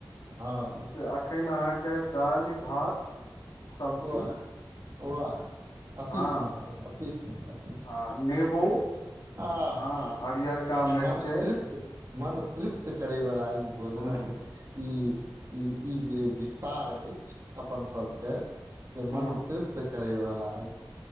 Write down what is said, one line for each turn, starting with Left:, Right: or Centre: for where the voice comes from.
Right: हँ
Left: से एखन अहाँके दालि भात सब्जी
Right: वाह वाह अति
Left: हँ
Right: सुन्दर अति सुन्दर
Left: आ नेबो
Right: आह आहा
Left: हँ
Right: ह
Left: हरियरका मिरचाइ
Right: मन तृप्त मन तृप्त करैवला ई भोजनक
Left: हूं
Right: के ई ई ई जे विस्तार अछि अपन सब के से
Left: हूं
Right: मन तृप्त करैवला ह